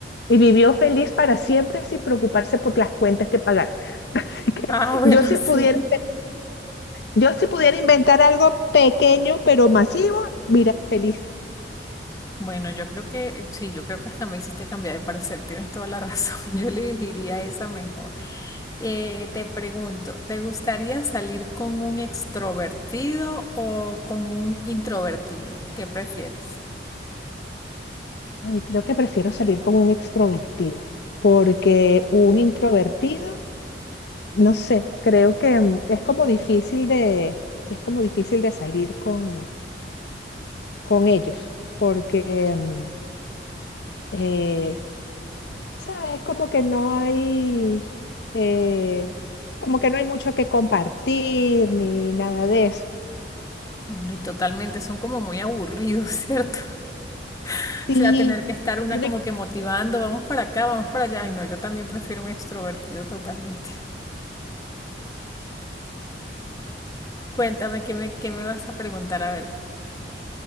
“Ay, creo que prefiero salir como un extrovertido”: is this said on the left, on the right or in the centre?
Left